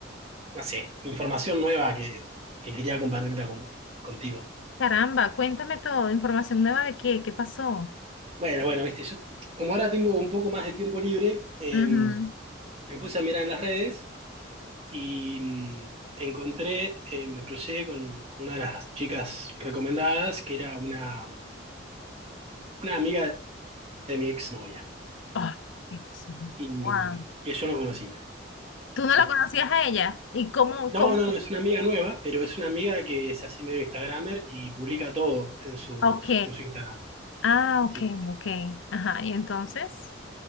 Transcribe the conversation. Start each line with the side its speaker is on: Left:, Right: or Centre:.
Right: no sé, información nueva que, que quería compartirla con- contigo.
Left: Caramba, cuéntame todo. ¿Información nueva de qué? ¿Qué pasó?
Right: Bueno, bueno, viste, yo como ahora tengo un poco más de tiempo libre, eh,
Left: Ujú.
Right: me puse a mirar en las redes y mm, encontré, eh, me crucé con, con una de las chicas recomendadas, que era una, una amiga de mi exnovia.
Left: Ay, Dios mío,
Right: y
Left: Juan.
Right: que yo no conocía.
Left: ¿Tú no
Right: Sí.
Left: la conocías a ella? ¿Y cómo,
Right: No,
Left: cómo?
Right: no, no, es una amiga nueva, pero es una amiga que es así medio Instagramer y publica todo en sus,
Left: Ok.
Right: en su Instagram.
Left: Ah, ok,
Right: Sí.
Left: ok. Ajá, y entonces,